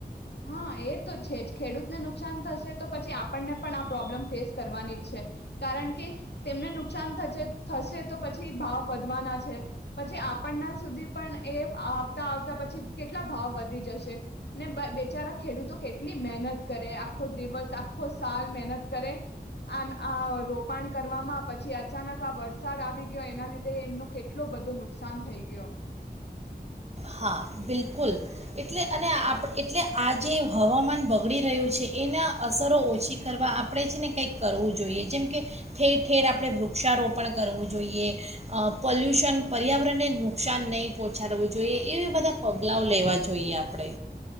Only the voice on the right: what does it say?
હા બિલકુલ. એટલે અને આપ એટલે આ જે હવામાન બગડી રહ્યું છે એના અસરો ઓછી કરવા આપણે છે ને કંઈક કરવું જોઈએ. જેમ કે ઠેર ઠેર આપણે વૃક્ષારોપણ કરવું જોઈએ, એ પલ્યુશન પર્યાવરણને નુકસાન નહીં પહોંચાડવું જોઈએ. એવી બધા પગલાંઓ લેવા જોઈએ આપણે.